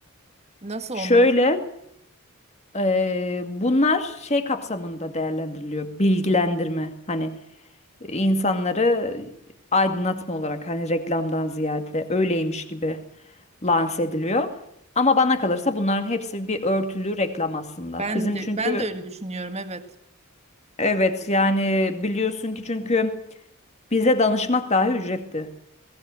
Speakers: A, on the right; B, on the left.
A: Nasıl
B: Şöyle
A: onlar?
B: Ee, bunlar şey kapsamında değerlendiriliyor. Bilgilendirme. Hani insanları aydınlatma olarak hani reklamdan ziyade öyleymiş gibi lanse ediliyor. Ama bana kalırsa bunların hepsi bir örtülü reklam aslında.
A: Ben
B: Bizim
A: de
B: çünkü
A: ben de öyle düşünüyorum evet.
B: evet yani biliyorsun ki çünkü bize danışmak dahi ücretli.